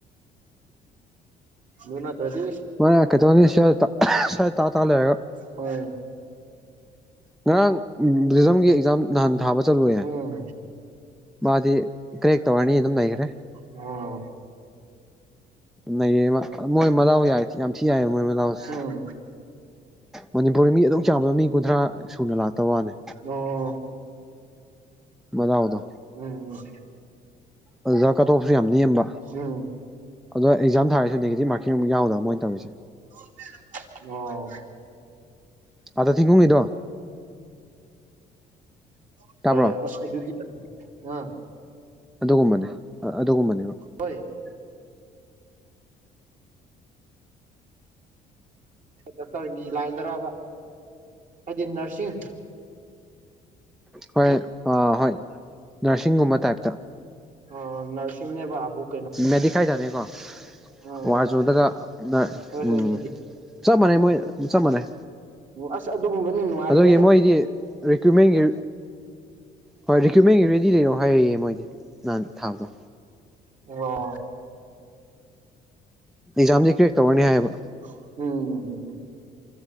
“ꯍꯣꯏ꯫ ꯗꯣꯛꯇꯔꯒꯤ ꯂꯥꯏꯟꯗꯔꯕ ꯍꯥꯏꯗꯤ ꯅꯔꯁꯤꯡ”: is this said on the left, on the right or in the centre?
Right